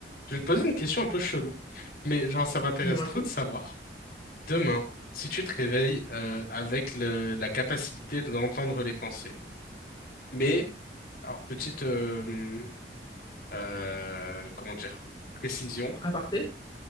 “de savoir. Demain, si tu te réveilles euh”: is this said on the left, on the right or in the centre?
Left